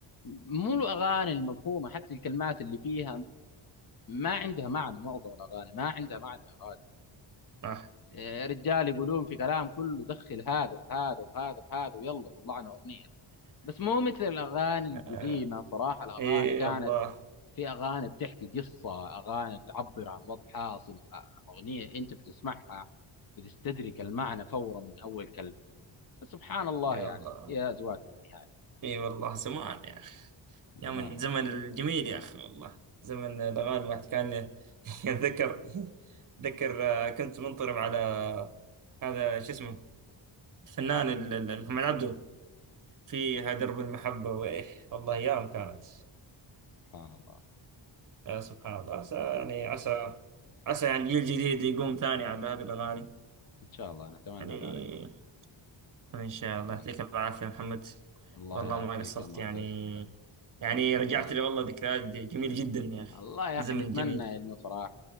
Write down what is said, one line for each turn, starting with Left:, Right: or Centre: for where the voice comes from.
Left: مو الأغاني المفهومة حتى الكلمات اللي فيها ما عندها معنى معظم الأغاني ما عندها معنى يا راد
Right: آه.
Left: إيه، رجال يقولون في كلام كله دخل هذا في هذا وهذا في هذا ويلا طلعنا أغنية بس مو مثل الأغاني
Right: <laughs>
Left: القديمة
Right: آه،
Left: صراحة الأغاني
Right: إي
Left: كانت
Right: والله
Left: في اغاني بتحكي قصه اغاني تعبر عن وضع حاصل اغنيه انت بتسمعها بتستدرك المعنى فورا من اول كلمه سبحان الله
Right: إي
Left: يعني
Right: والله
Left: يا ازواج في النهايه
Right: اي والله زمان يا اخي يا
Left: زمان
Right: من
Left: والله
Right: زمن الجميل يا اخي والله زمن الاغاني الواحد كان <laughs> يتذكر ذكر كنت منطرب على هذا شو اسمه الفنان ال- ال- محمد عبده فيها درب المحبة وايه والله ايام كانت
Left: سبحان الله
Right: يا سبحان الله عسى يعني عسى عسى يعني الجيل الجديد يقوم ثاني على هذه الاغاني
Left: ان شاء الله نتمنى
Right: يعني
Left: ذلك والله
Right: إن شاء
Left: نتمنى
Right: الله يعطيك العافية يا محمد
Left: الله
Right: والله
Left: يعافيك
Right: ما قصرت
Left: يا معتز
Right: يعني يعني رجعت
Left: أه،
Right: لي والله ذكريات جميلة جدا يا أخي
Left: الله يا
Right: زمن
Left: اخي نتمنى
Right: جميل
Left: انه صراحه